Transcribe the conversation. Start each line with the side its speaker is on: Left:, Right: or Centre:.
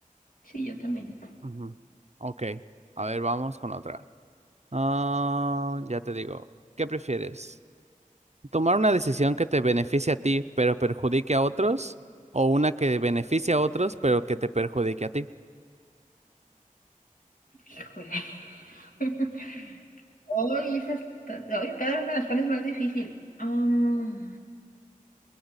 Left: Sí, yo también.
Right: Ujú. Ok. A ver, vamos con otra. Ah, ya te digo, ¿qué prefieres? ¿Tomar una decisión que te beneficie a ti, pero perjudique a otros? ¿O una que beneficie a otros, pero que te perjudique a ti?
Left: Híjole. <laughs> Hoy esas, ta- hoy cada vez me las pones más difícil. Um,